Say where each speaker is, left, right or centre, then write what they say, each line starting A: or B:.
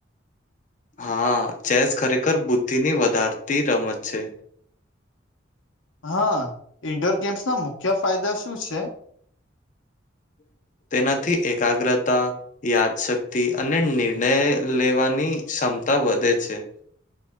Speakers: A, on the left; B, on the left.
A: હા ચેસ ખરેખર બુદ્ધિની વધારતી રમત છે
B: હા ઇન્ડોર ગેમ્સના મુખ્ય ફાયદા શું છે?
A: <inaudible> તેનાથી એકાગ્રતા યાદશક્તિ અને નિર્ણય લેવાની ક્ષમતા વધે છે.